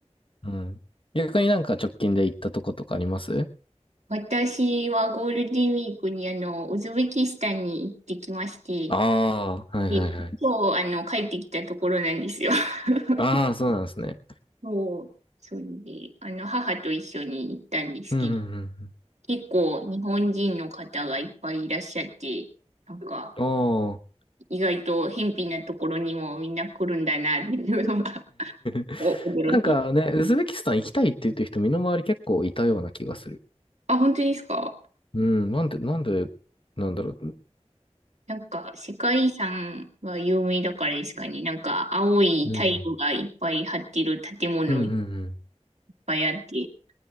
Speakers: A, on the left; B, on the right.
A: うん。逆になんか直近で行ったとことかあります
B: 私はゴールデンウィークにあの、ウズベキスタンに行ってきまして、
A: ああ、はいはいはい。
B: で、今日あの、帰ってきたところなんですよ。<laughs>
A: ああ、そうなんですね。
B: そう、それで、あの、母と一緒に行ったんですけど、
A: うんうんうん
B: 結構日本人の方がいっぱいいらっしゃって、なんか、
A: おー。
B: 意外と偏僻なところにもみんな来るんだなっていうのが、
A: <laughs>
B: お驚き。
A: なんかね、ウズベキスタン行きたいって言ってる人、身の回り結構いたような気がする。
B: あ、本当ですか
A: うん、なんで、なんで、なんだろう。
B: なんか、世界遺産が有名だからですかね。なんか、青いタイルがいっぱい張ってる建物いっ
A: うん。うんうんうん。
B: ぱいあって、